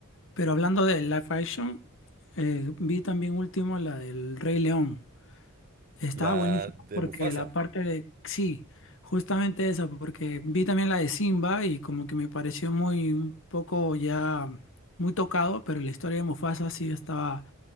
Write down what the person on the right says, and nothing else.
la
de
Mufasa.